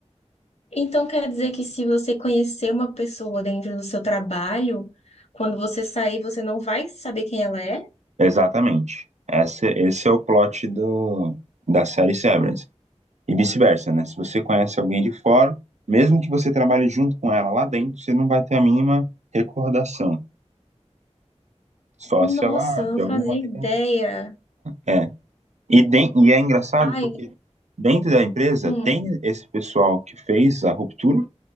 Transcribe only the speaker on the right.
Exatamente. Essa, esse é o plot do, da série Severance. E vice-versa, né? Se você conhece alguém de fora, mesmo que você trabalhe junto com ela lá dentro, você não vai ter a mínima recordação. Só
se ela,
de
alguma maneira.
É. E, den- e é engraçado
porque dentro da empresa
tem esse pessoal que fez a ruptura,